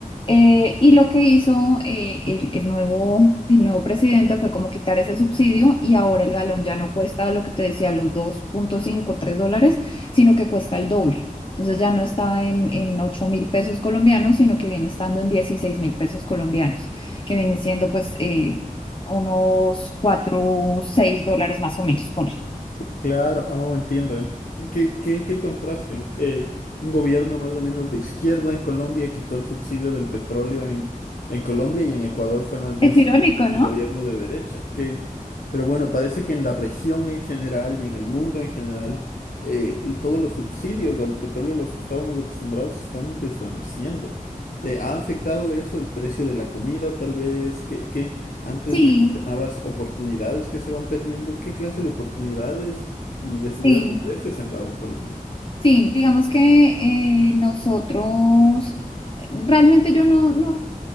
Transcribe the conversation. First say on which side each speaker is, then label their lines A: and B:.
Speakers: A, on the left (about 35°); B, on the left (about 70°).
A: Eh, y lo que hizo eh, el, el nuevo, el nuevo presidente fue como quitar ese subsidio y ahora el galón ya no cuesta lo que te decía, los dos punto cinco tres dólares, sino que cuesta el doble. Entonces ya no está en, en ocho mil pesos colombianos, sino que viene estando en dieciséis mil pesos colombianos, que vienen siendo pues eh, unos 4 6 dólares más o menos, ponle.
B: Claro, oh, entiendo. Ent- ¿Qué, qué, qué contraste? Eh, un gobierno más o menos de izquierda en Colombia quitó el subsidio del petróleo en, en Colombia y en Ecuador fue más bien
A: Es
B: siempre
A: irónico, ¿no?
B: el gobierno de derecha. Que, pero bueno, parece que en la región en general y en el mundo en general, eh, todos los subsidios al petróleo a los que estábamos acostumbrados se están desvaneciendo. Eh, ¿ha afectado eso el precio de la comida, tal vez? qué qué antes
A: Sí,
B: mencionabas oportunidades que se van perdiendo? ¿Qué clase de oportunidades? y de
A: sí.
B: subidas de precios se han dado en Colombia.
A: Sí, digamos que eh, nosotros, realmente yo no, no,